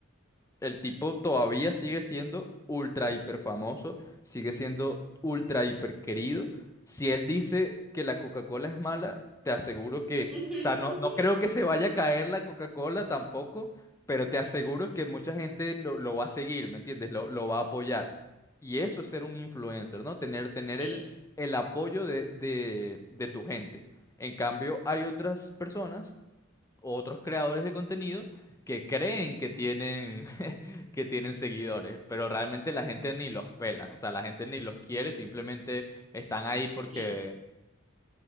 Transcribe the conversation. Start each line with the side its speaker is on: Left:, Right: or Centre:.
Left: el tipo todavía sigue siendo ultra hiper famoso, sigue siendo ultra hiper querido. Si él dice que la Coca-Cola es mala, te aseguro que,
Centre: <laughs>
Left: o sea, no, no creo que se vaya a caer la Coca-Cola tampoco, pero te aseguro que mucha gente lo, lo va a seguir, ¿me entiendes? Lo, lo va a apoyar. Y eso es ser un influencer, ¿no? Tener, tener
Centre: Sí,
Left: el, el apoyo de, de de tu gente. En cambio, hay otras personas otros creadores de contenido que creen que tienen, <laughs> que tienen seguidores, pero realmente la gente ni los pela, o sea, la gente ni los quiere, simplemente están ahí porque
Centre: sí.